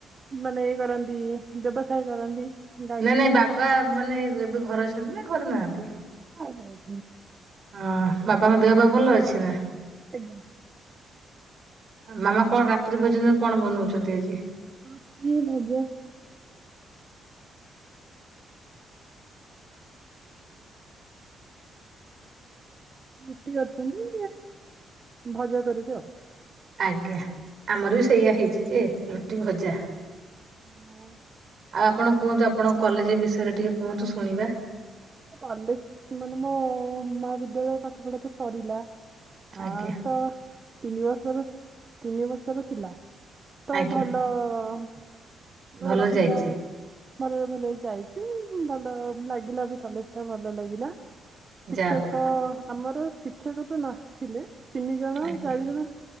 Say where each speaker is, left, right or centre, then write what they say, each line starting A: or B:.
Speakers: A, on the right; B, on the right.
A: ମାନେ ଇଏ କରନ୍ତି, ବ୍ୟବସାୟ କରନ୍ତି। ଗାଡି
B: ନାଇଁ ନାଇଁ ବାବା ମାନେ ଏବେ ଘରେ ଅଛନ୍ତି ନା ଘରେ ନାହାନ୍ତି?
A: <inaudible>
B: ହଁ ବାପାଙ୍କ ଦେହ ପାହା ଭଲ ଅଛି ନା?
A: ଆଜ୍ଞା।
B: ମାମା କଣ ରାତ୍ରି ଭୋଜନରେ କଣ ବନଉଛନ୍ତି ଆଜି?
A: ହଁ କି ଭଜା? ରୁଟି କରିଛନ୍ତି, ଭଜା କରିବେ ଆଉ
B: ଆଜ୍ଞା, ଆମର ବି ସେଇଆ ହେଇଛି ଯେ ରୁଟି, ଭଜା।
A: ହଁ।
B: ଆଉ ଆପଣ କୁହନ୍ତୁ, ଆପଣଙ୍କ କଲେଜ ବିଷୟରେ ଟିକେ କୁହନ୍ତୁ, ଶୁଣିବା?
A: କଲେଜ ମାନେ ମୋ ମହାବିଦ୍ୟାଳୟରେ ପାଠ ପଢା ତ ସରିଲା। ଆ
B: ଆଜ୍ଞା
A: ତ ତିନି ବର୍ଷର ତିନି ବର୍ଷର ଥିଲା ତ
B: ଆଜ୍ଞା
A: ଭ ତ
B: ଭଲ
A: ରହିଲା
B: ଯାଇଛି।
A: ଭଲରେ ଭଲରେ ଯାଇ ସେ ଭଲ ଲାଗିଲା ବି କଲେଜଟା ଭଲ ଲାଗିଲା। ଶିକ୍ଷକ
B: ଯା ହଉ
A: ଆମର ଶିକ୍ଷକ ତ ନ ଥିଲେ ତିନି ଜଣ,
B: ଆଜ୍ଞା
A: ଚାରି ଜଣ।